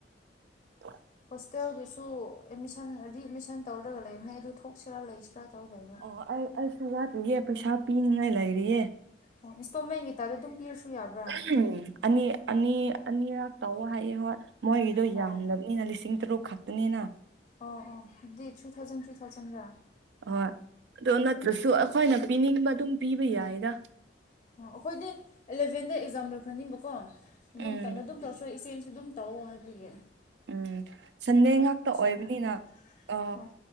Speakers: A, on the right; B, on the left.
A: <unintelligible>
B: ꯍꯨꯌ‍ꯦꯞꯒꯤꯁꯨ ꯑꯦꯗꯃꯤꯁꯟ ꯔꯤ ꯑꯦꯠꯃꯤꯁꯟ ꯇꯧꯔ ꯂꯩꯕꯅ‌ꯦ ꯑꯩꯗꯨ ꯊꯣꯛꯁꯤꯔꯥ ꯂꯩꯁꯤꯔꯥ ꯇꯧꯔ ꯂꯩꯕ
A: ꯑꯣ ꯑꯩ ꯑꯩꯁꯨ ꯋꯥꯠꯂꯤꯌꯦ ꯄꯩꯁꯥ ꯄꯤꯅꯤꯡꯉꯥꯏ ꯂꯩꯔꯤꯌꯦ
B: ꯑꯣ ꯏꯟꯇꫭꯃꯦꯜꯒꯤ ꯇꯥꯏꯗꯥ ꯑꯗꯨꯝ ꯄꯤꯔꯁꯨ ꯌꯥꯕ꯭ꯔꯥ
A: ꯑꯍꯥꯝ ꯑꯅꯤ ꯑꯅꯤ ꯑꯅꯤꯔꯛ ꯇꯧꯋꫭ ꯍꯥꯏꯌꯦ ꯍꯣꯏ ꯃꯣꯏꯒꯤꯗꯣ
B: ꯑꯣ
A: ꯌꯥꯝꯗꯕꯅꯤꯅ ꯂꯤꯁꯤꯡ ꯇꯔꯨꯛ ꯈꯛꯇꯅꯤꯅ
B: ꯑꯣ ꯑꯣ ꯗꯗꯤ ꯊ꯭ꯔꯤ ꯊꯥꯎꯖꯟ ꯊ꯭ꯔꯤ ꯊꯥꯎꯖꯟꯒ
A: ꯑꯣꯏ ꯑꯗꯨꯣ ꯅꯠꯇ꯭ꯔꯁꯨ ꯑꯩꯈꯣꯏꯅ ꯄꯤꯅꯤꯡꯕ ꯑꯗꯨꯝ ꯄꯤꯕ ꯌꯥꯏꯔ
B: ꯑꯩꯈꯣꯏꯗꯤ ꯑꯦꯂꯚꯦꯟꯗ ꯑꯦꯛꯖꯥꯝ ꯂꯣꯏꯈ꯭ꯔꯅꯤꯕꯀꯣ ꯑꯗꯨꯝ
A: ꯎꯝ
B: ꯇ ꯑꯗꯨꯝ ꯇꯧꯔ ꯏꯆꯦ ꯁꯤ ꯑꯗꯨꯝ ꯇꯧꯑꯣ ꯍꯥꯏꯕꯤꯒꯦ
A: ꯎꯝ ꯁꯟꯗꯦ ꯉꯥꯛꯇ ꯑꯣꯏꯕꯅꯤꯅ
B: ꯈꯪꯗꯦ
A: ꯑ
B: ꯍꯣꯏ